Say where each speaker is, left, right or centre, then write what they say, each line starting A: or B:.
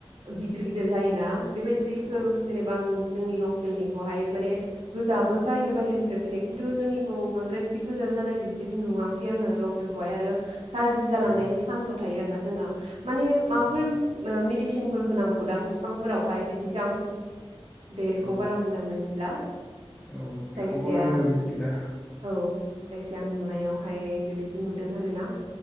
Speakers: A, on the right (about 75°); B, in the centre.
A: गिदिर गिदिर जायोना बेबायदिखौ
B: औ
A: जेनेबा आं। जोंनि लकेलनिखौहाय माने गोजाबो जायो बाहेरानिफ्राय फैनाय किन्थु जोंनिखौ बांद्राय बिदि गोजा जानाय बिदि नुवाखै आङो लकेलखौहाय आरो गाज्रि जालांनायनि
B: ए
A: सान्सआव थायो आरोना जोंना। मानि माबाफोर
B: औ
A: ओ मिदि सिनफोर होनांगौ दां फिफां फोराव। ओमफ्राय बिदि दं। बेखौ
B: औ
A: बारा मोजां मोनथिला
B: औ बेखौबो
A: जायखिाया
B: आंबो मिथिला
A: औ जायखिजयाया आं नुनायाव ओमफ्राय बेबायदि नुदों आरो ना।